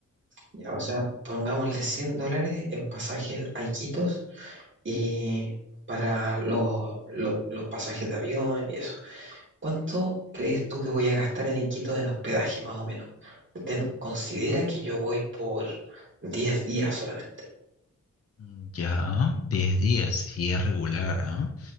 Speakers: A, on the right; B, on the left.
A: ya, o sea, pongámosle 100 dólares en pasajes a Iquitos y para los, los, los pasajes de avión y eso. ¿Cuánto crees tú que voy a gastar en Iquitos en hospedaje más o menos? Ten- considera que yo voy por 10 días solamente.
B: Mm, Ya, 10 días, y es regular, ¿ah?